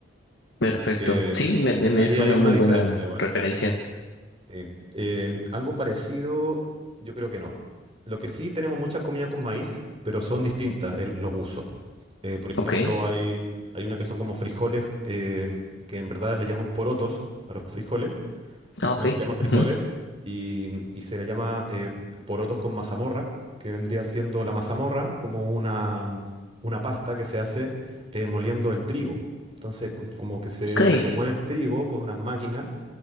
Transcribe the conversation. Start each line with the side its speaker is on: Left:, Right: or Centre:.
Left: perfecto.
Right: así que
Left: Sí, me, me- me
Right: ahí
Left: es
Right: hay
Left: una
Right: una
Left: muy
Right: diferencia
Left: buena
Right: igual.
Left: referencia.
Right: Sí. Em, algo parecido, yo creo que no. Lo que sí tenemos mucha comida con maíz, pero son distintas el- los usos. Eh, por ejemplo,
Left: Ok,
Right: hay, hay una que son como frijoles, em, que en verdad le llamamos porotos a los frijoles,
Left: ah, ok.
Right: no se llaman frijoles,
Left: ujú,
Right: y, y se le llama eh, porotos con mazamorra, que vendría siendo la mazamorra como una, mm, una pasta que se hace eh, moliendo el trigo. Entonces, co- como que se,
Left: Ok,
Right: se muele el trigo con unas máquinas